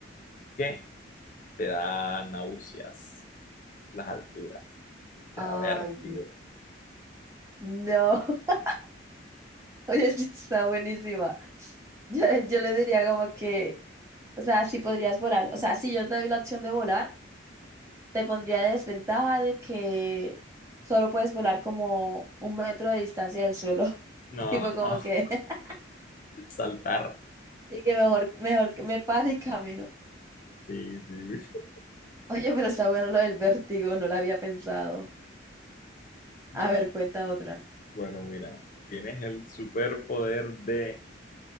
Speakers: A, on the left; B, on the right.
A: que te da náuseas. las alturas. Te
B: Ay,
A: da vértigo.
B: No, <laughs> oye, sí está buenísima. Yo, yo le diría como que, o sea, sí podrías volar. O sea, si yo te doy la opción de volar. te pondría de desventaja de que solo puedes volar como un metro de distancia del suelo.
A: No,
B: <laughs> Tipo como
A: <laughs>
B: que, <laughs>
A: saltar.
B: y que mejor, mejor que me pare y camino.
A: Sí, sí.
B: Oye, pero está bueno lo del vértigo, no lo había pensado.
A: Vale.
B: A ver, cuenta otra.
A: Bueno, mira, tienes el superpoder de